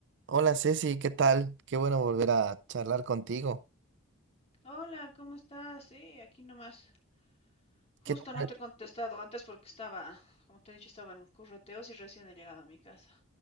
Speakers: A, on the right (about 55°); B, on the left (about 30°).
A: Hola Ceci, ¿qué tal? Qué bueno volver a charlar contigo.
B: Hola, ¿cómo estás? Sí, aquí nomás. Justo
A: ¿Qué tal?
B: no te he contestado antes porque estaba, como te he dicho, estaba en correteos y recién he llegado a mi casa.